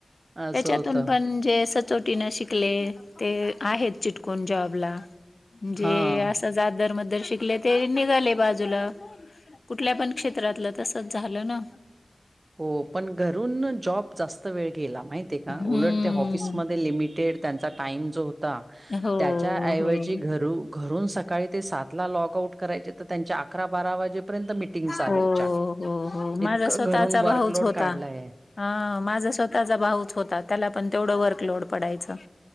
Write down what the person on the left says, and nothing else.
त्याच्यातून
पण जे सतत. शिकले ते आहेत चिटक जॉबलाे
अस दर मर शले ते निघाले बाजूला कुठल्या पण क्षेत्रातलं त. झालं ना.
हम्म.
हो
हो.
हो हो हो माझा
स्वतःचा
भाऊच होता.
हा माझ स्वतःच त्याचा भाऊच होता, त्याला पण तेवढं वर्कलोड पडायचं.